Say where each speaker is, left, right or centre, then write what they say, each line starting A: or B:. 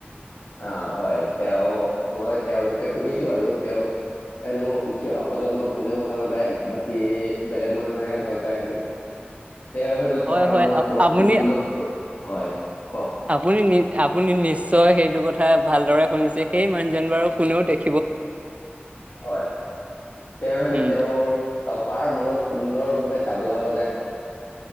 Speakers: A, on the left (about 85°); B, on the right (about 35°).
A: অ', হয়, তেওঁ মই তেওঁৰ বিষয়ে শুনিছো বাৰু তেওঁক হেনো উঠি অহা প্ৰজন্ম কোনেও ভাল নাপায় বাকী বেলেগ মানুহে ভাল পায় হেনো তেওঁ হেনো টপাৰ
B: হয় হয়
A: মূৰত <unintelligible>
B: আপুনি
A: হয়। কওক
B: আপুনি নি আপুনি নিশ্চয় সেইটো কথা ভালদৰে শুনিছে সেই মানুহজন বাৰু কোনেও দেখি
A: হয় তেওঁ হেনো
B: উম
A: তেওঁৰ তপাৰ মূৰত সুন্দৰ ভাৱে তাবলা বজায়।